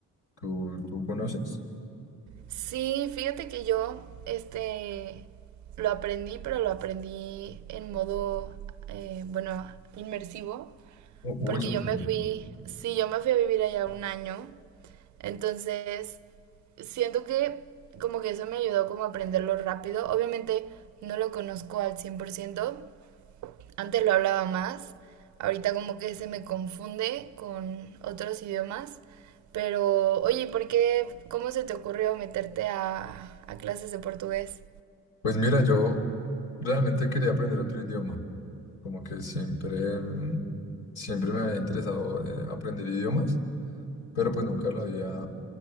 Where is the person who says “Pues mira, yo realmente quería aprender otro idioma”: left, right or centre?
Left